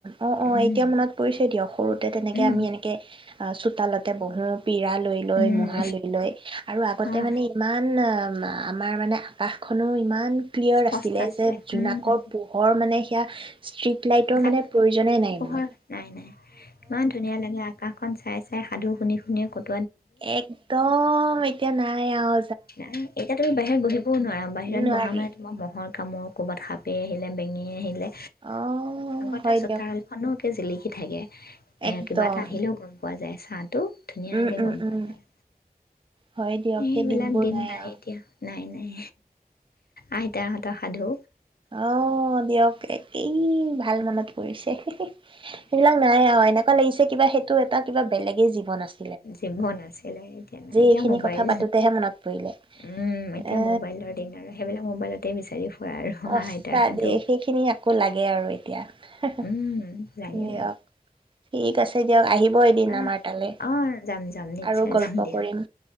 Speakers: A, on the right (about 35°); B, on the left (about 85°).
A: অ' অ'
B: উম
A: এতিয়া মনত পৰিছে দিয়ক সৰুতে তেনেকে
B: উম
A: আমি এনেকে অ' চোতালতে বহো পিৰা ল
B: উম
A: ম লআৰু আগতে
B: অঁ
A: মানে ইমান আ আমাৰ মানে আকাশখনো ইমান ক্লিয়াৰ
B: স্পষ্ট
A: আছিলে যে জোনাকৰ
B: উম
A: পোহৰ মানে এতিয়া ষ্ট্ৰিট লাইটৰ
B: গাত
A: মানে প্ৰয়োজনেই নাই
B: পোহৰ
A: মানে
B: নাই নাই ইমান ধুনীয়া লাগে আকাশখন চাই চাই সাধু শুনি শুনিয়ে ক'ত
A: একদম এতিয়া নাই আও
B: নাই, এতিয়া তুমি বাহিৰত বহিবও নোৱাৰা বাহিৰত
A: নোৱাৰি
B: বহা মানে তোমাৰ মহ মহৰ কামোৰ ক'ৰবাত সাপেই আহিলে, বেঙেই আহিলে
A: অ
B: আগতে
A: হয়
B: চোতাল
A: দিয়ক
B: খনো কে জিলিকি কি থাকে। এ
A: একদম
B: কিবা এটা আহিলেও গম পোৱা যায় চোন। টো ধুনীয়াকে
A: উম উম
B: গম
A: উম
B: পোৱা যায়।
A: হয় দিয়ক
B: এইবিলাক
A: সেই দিনবোৰ
B: দিন নাই
A: আৰু
B: এতিয়া। নাই নাই, আইতাহঁতৰ সাধু
A: অ' দিয়ক, এক এই ভাল মনত পৰিছে। হে হে। সেইবিলাক নাই আৰু। এনেকুৱা লাগিছে কিবা সেইটো এটা কিবা বেলেগেই জীৱন আছিল।
B: জীৱন আছিলে এতিয়া নাই। এতিয়া
A: এইখিনি
B: ম'বাইল,
A: কথা পাতোতেহে মনত পৰিলে
B: উম' এতিয়া
A: এ
B: ম'বাইলৰ দিন আৰু সেইবিলাক মো'বাইলতে বিচাৰি ফুৰা আৰু।
A: অস্তা
B: আইতাৰ সাধু
A: দি সেইখিনি আকৌ লাগে আৰু এতিয়া। হু হু,
B: উম লাগে
A: দিয়ক, এই ঠিক আছে দিয়ক, আহিব। এদিন
B: উম
A: আমাৰ তালৈ
B: অ' যাম যাম নিশ্চয়
A: আৰু গল্প
B: যাম দিয়া,
A: কৰিম